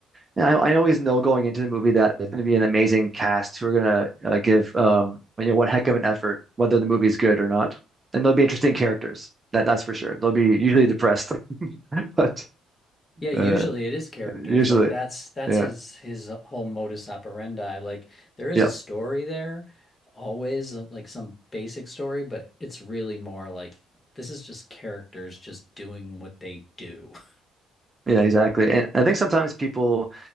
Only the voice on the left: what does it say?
Yeah, usually
it is characters.
Like that's that's
his his whole modus operandi. Like there is
a story there, always uh, like some basic story, but it's really more like this is just characters just doing what they do. <laughs>